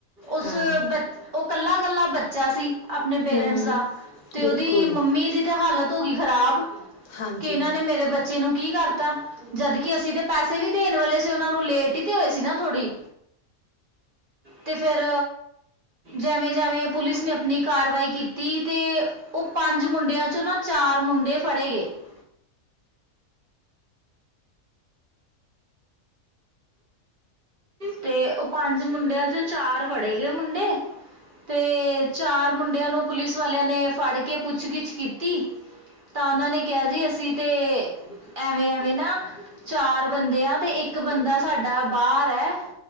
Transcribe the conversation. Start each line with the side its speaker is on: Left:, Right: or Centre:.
Right: ਉਸ
Left: ਹਾਂ
Right: ਬਚ ਓ ਕੱਲਾ-ਕੱਲਾ ਬੱਚਾ ਸੀ ਆਪਣੇ ਪੇਰੈਂਟਸ
Left: ਹੂੰ
Right: ਦਾ। ਤੇ
Left: ਬਿਲਕੁਲ
Right: ਓਦੀ ਮੰਮੀ ਦੀ ਤੇ ਹਾਲਤ ਹੋ ਗੀ ਖ਼ਰਾਬ
Left: ਹਾਂਜੀ
Right: ਕਿ ਏਨਾਂ ਨੇ ਮੇਰੇ ਬੱਚ ਚੇ ਨੂੰ ਕੀ ਕਰਤਾ ਜਦਕਿ ਅਸੀਂ ਤੇ ਪੈਸੇ ਵੀ ਦੇਣ ਵਾਲੇ ਸੀ ਓਨਾਂ ਨੂੰ ਲੇਟ ਈ ਤੇ ਹੋਏ ਸੀ ਨਾ ਥੋੜੀ ਤੇ ਫਿਰ ਜੇਵੇਂ ਜੇਵੇਂ ਪੁਲਿਸ ਨੇ ਆਪਣੀ ਕਾਰਵਾਈ ਕੀਤੀ ਤੇ ਓ ਪੰਜ ਮੁੰਡਿਆਂ ਚੋਂ ਨਾ ਚਾਰ ਮੁੰਡੇ ਫੜੇ ਗੇ। <inaudible> <inaudible> ਤੇ ਓ ਪੰਜ ਮੁੰਡਿਆਂ ਚੋਂ ਚਾਰ ਫੜੇ ਗਏ ਮੁੰਡੇ ਤੇ ਚਾਰ ਮੁੰਡਿਆਂ ਨੂੰ ਪੁਲਿਸ ਵਾਲਿਆਂ ਨੇ ਫੜ ਕੇ ਪੁੱਛਗਿੱਛ ਕੀਤੀ। ਤਾਂ ਉਹਨਾਂ ਨੇ ਕਿਆ ਸੀ, ਅਸੀਂ ਤੇ ਐਵੇਂ-ਐਵੇਂ ਨਾ ਚਾਰ ਬੰਦੇ ਆ, ਤੇ ਇੱਕ ਬੰਦਾ ਸਾਡਾ ਬਾਹਰ ਐ।